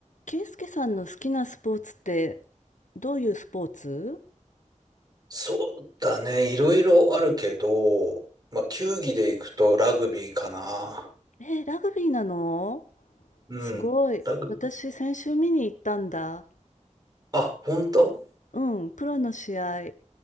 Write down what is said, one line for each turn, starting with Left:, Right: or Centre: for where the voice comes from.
Left: 圭介さんの好きなスポーツってどういうスポーツ
Right: そうだね。いろいろあるけど、まあ、球技で行くとラグビーかな。
Left: えーラグビーなの
Right: うん。
Left: すごい。
Right: ラグビー。
Left: 私、先週見に行ったんだ。
Right: あ、本当
Left: うん、プロの試合。